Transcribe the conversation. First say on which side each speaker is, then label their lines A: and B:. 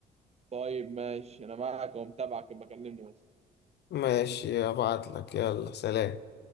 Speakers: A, on the right; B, on the left.
A: طيب ماشي أنا معاك ومتابعك يبقى كلمني بس
B: ماشي أبعت لك يلا سلام